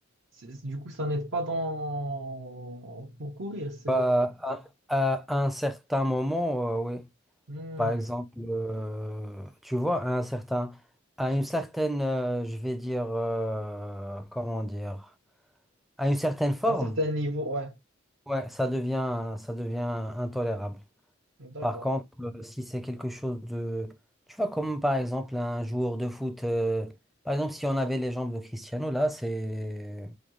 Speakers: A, on the right; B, in the centre.
A: c'est- c'est- du coup, ça n'aide pas dans pour courir, c'est
B: Bah, à, à un certain moment, euh, oui.
A: Hmm.
B: Par exemple, euh, tu vois, à un certain, à une certaine, euh, je vais dire, euh, comment dire, à une certaine forme,
A: à un certain niveau, ouais.
B: ouais, ça devient, ça devient intolérable.
A: D'accord,
B: Par contre, euh, si c'est quelque chose de, tu vois, comme par exemple un joueur de foot, euh, par exemple, si on avait les jambes de Cristiano, là, c'est,